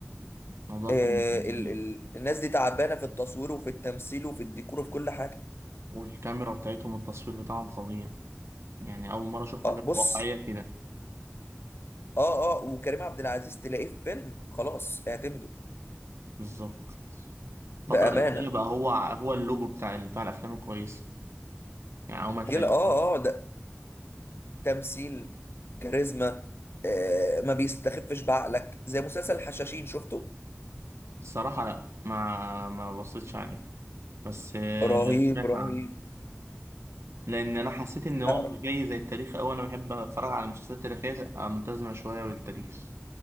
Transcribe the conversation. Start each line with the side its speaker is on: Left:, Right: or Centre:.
Right: الموضوع
Left: آه
Right: كان جميل
Left: ال ال الناس دي تعبانه في التصوير وفي التمثيل وفي الديكور وفي كل حاجه
Right: والكاميرا بتاعتهم التصوير بتاعهم فظيع يعني اول مره اشوف حاجه
Left: اه بص
Right: واقعيه كده
Left: اه اه وكريم عبد العزيز تلاقيه في فيلم خلاص اعتمده
Right: بالظبط الفترة
Left: بأمانة
Right: الأخيرة بقى هو هو اللوجو بتاع بتاع الأفلام الكويسة يعني أول ما تلاقيه
Left: جيل اه اه ده تمثيل كاريزما آه ما بيستخفش بعقلك زي مسلسل الحشاشين شفته
Right: الصراحة لأ ما ما بصيتش عليه بس آه،
Left: رهيب
Right: سمعت
Left: رهيب
Right: عنه لأن أنا حسيت إن
Left: لا
Right: هو مش
Left: ر-
Right: جاي زي التاريخ أوي أنا بحب أتفرج على المسلسلات التاريخية تبقى ملتزمة شوية بالتاريخ